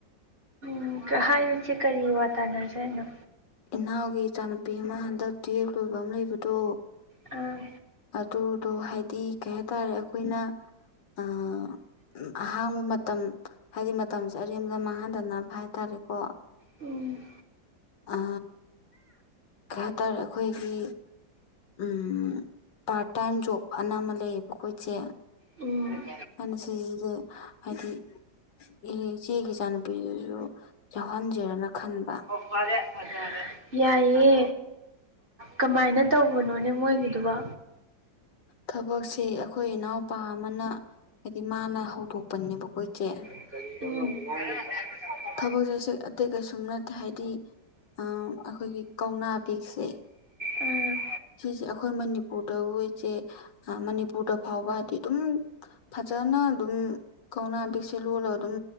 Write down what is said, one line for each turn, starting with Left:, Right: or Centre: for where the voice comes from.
Right: ꯎꯝ ꯍꯥꯏꯑꯣ ꯏꯆꯦ ꯀꯔꯤ ꯋꯥ ꯇꯥꯟꯅꯖꯦ ꯍꯥꯏꯅꯣ
Left: ꯏꯅꯥꯎꯒꯤ ꯏꯆꯥꯅꯨꯄꯤ ꯑꯃ ꯍꯟꯗꯛ ꯇꯨꯌꯦꯞ ꯂꯣꯏꯕ ꯑꯃ ꯂꯩꯕꯗꯣ
Right: ꯑꯥ
Left: ꯑꯗꯨꯗꯣ ꯍꯥꯏꯗꯤ ꯀꯩ ꯍꯥꯏꯇꯥꯔꯦ ꯑꯩꯈꯣꯏꯅ ꯑꯥ ꯎ ꯑꯍꯥꯡꯕ ꯃꯇꯝ ꯍꯥꯏꯗꯤ ꯃꯇꯝꯁꯦ ꯑꯔꯦꯝꯕꯗ ꯃꯥꯡꯍꯟꯗꯅꯕ ꯍꯥꯏ ꯇꯔꯦꯀꯣ
Right: ꯎꯝ
Left: ꯑ ꯀꯩ ꯍꯥꯏꯇꯥꯔꯦ ꯑꯩꯈꯣꯏꯒꯤ ꯎꯝ ꯄꯥꯔꯠ ꯇꯥꯏꯃ ꯖꯣꯕ ꯑꯅ ꯑꯃ ꯂꯩꯌꯦꯕꯀꯣ ꯏꯆꯦ
Right: ꯎꯝ
Left: ꯍꯜꯁꯤꯖꯤꯕꯨ ꯍꯥꯏꯗꯤ ꯏ ꯏꯆꯦꯒꯤ ꯏꯆꯥꯅꯨꯄꯤꯗꯨꯁꯨ ꯌꯥꯎꯍꯟꯖꯦꯔꯅ ꯈꯟꯕ
Right: ꯑꯣ ꯐꯔꯦ ꯐꯖꯔꯦ ꯌꯥꯏꯌꯦ ꯀꯃꯥꯏꯅ ꯇꯧꯕꯅꯣꯅꯦ ꯃꯣꯏꯒꯤꯗꯨꯕ
Left: ꯊꯕꯛꯁꯤ ꯑꯩꯈꯣꯏ ꯏꯅꯥꯎꯄꯥ ꯑꯃꯅ ꯍꯥꯏꯗꯤ ꯃꯥꯅ ꯍꯧꯗꯣꯛꯄꯅꯦꯕꯀꯣ ꯏꯆꯦ
Right: <unintelligible>
Left: ꯊꯕꯛ ꯆꯠꯁꯦ ꯑꯇꯩ ꯀꯩꯁꯨꯝ ꯅꯠꯇꯦ ꯍꯥꯏꯗꯤ ꯑ ꯑꯩꯈꯣꯏꯒꯤ ꯀꯧꯅꯥ ꯕꯦꯛꯁꯦ
Right: ꯎꯝ
Left: ꯁꯤꯁꯦ ꯑꯩꯈꯣꯏ ꯃꯅꯤꯄꯨꯔꯗ ꯏꯆꯦ ꯃꯅꯤꯄꯨꯔꯗ ꯐꯥꯎꯕ ꯍꯥꯏꯗꯤ ꯑꯗꯨꯝ ꯐꯖꯅ ꯑꯗꯨꯝ ꯀꯧꯅꯥ ꯕꯦꯛꯁꯦ ꯂꯣꯜꯂꯒ ꯑꯗꯨꯝ